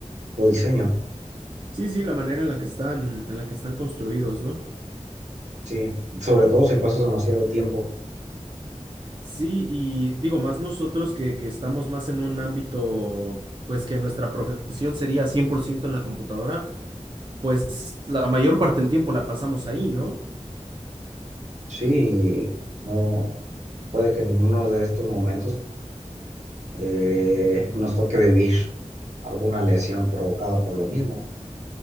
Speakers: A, on the right; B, on the right.
A: o diseño.
B: Sí, sí, la manera en la que están, en la que están construidos, ¿no?
A: Sí, sobre todo si pasas demasiado tiempo.
B: Sí, y digo, más nosotros que, que estamos más en un ámbito, pues que nuestra profesión sería 100% en la computadora, pues la mayor parte del tiempo la pasamos ahí, ¿no?
A: Sí, no puede que en uno de estos momentos eh, nos toque vivir alguna lesión provocada por lo mismo.